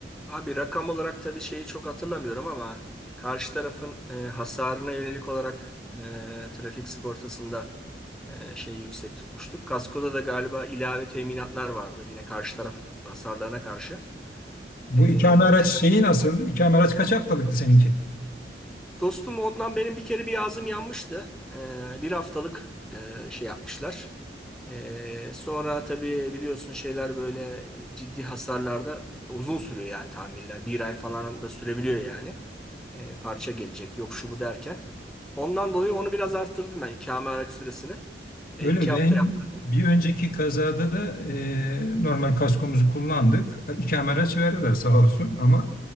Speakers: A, in the centre; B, on the left.
A: Abi rakam olarak tabii şeyi çok hatırlamıyorum ama karşı tarafın e, hasarına yönelik olarak e, trafik sigortasında e, şeyi yüksek tutmuştuk. Kaskoda da galiba ilave teminatlar vardı yine karşı taraf hasarlarına karşı.
B: bu
A: E,
B: ikame araç şeyi nasıl? İkame araç kaç haftalıktı seninki?
A: dostum ondan benim bir kere bir ağzım yanmıştı. E, bir haftalık e, şey yapmışlar. E, sonra tabii biliyorsun şeyler böyle ciddi hasarlarda uzun sürüyor yani tamirler. Bir ay falan da sürebiliyor yani. e, parça gelecek. Yok şu bu derken. Ondan dolayı onu biraz arttırdım ben ikame araç süresini. E,
B: Öyle
A: iki hafta
B: Ben
A: yaptım.
B: bir önceki kazada da e, normal kaskomuzu kullandık. İkame araç verdiler sağ olsun ama